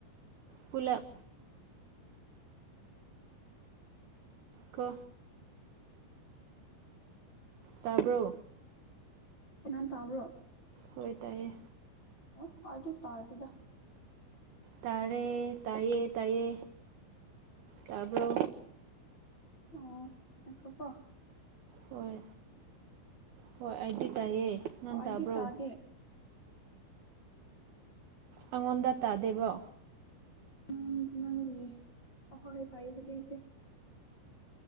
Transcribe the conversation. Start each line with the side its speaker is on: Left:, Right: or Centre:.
Right: ꯄꯨꯂꯞ ꯀꯣ ꯇꯥꯕ꯭ꯔꯣ
Left: ꯅꯟ ꯇꯥꯕ꯭ꯔꯣ
Right: ꯍꯣꯏ ꯇꯥꯏꯌꯦ
Left: ꯑꯣ ꯍꯥꯏꯦ ꯇ ꯍꯥꯏꯗꯗ
Right: ꯇꯔꯦ ꯇꯥꯏꯦ ꯇꯥꯏꯌꯦ ꯇꯕꯣ
Left: ꯑꯣ ꯂꯁ
Right: ꯍꯣꯏ ꯍꯣꯏ ꯑꯩꯗꯤ ꯇꯥꯏꯌꯦ ꯅꯍꯥꯟ
Left: ꯑꯣ ꯑꯩꯗꯤ
Right: ꯇꯥꯕ꯭ꯔꯣ
Left: ꯇꯥꯗꯦ
Right: ꯑꯩꯉꯣꯟꯗ ꯇꯥꯗꯦꯕꯣ
Left: ꯎꯝ ꯅꯪꯒꯤ ꯑ ꯍꯣ ꯍꯦ ꯇꯥꯏ ꯍꯖꯤ ꯏꯗꯦ